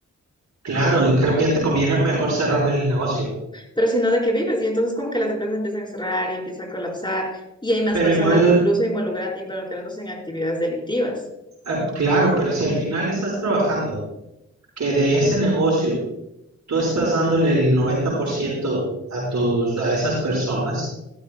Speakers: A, on the right (about 65°); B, on the left (about 15°).
A: Claro, y creo que ya te conviene mejor cerrar el negocio.
B: Pero si no, ¿de qué vives? Y entonces como que las empresas empiezan a cerrar y empieza a colapsar y hay más
A: Pero
B: personas
A: igual,
B: incluso involucra- involucrándose en actividades delictivas.
A: eh, claro, pero si al final estás trabajando, que de ese negocio tú estás dándole el 90% a tus, a esas personas,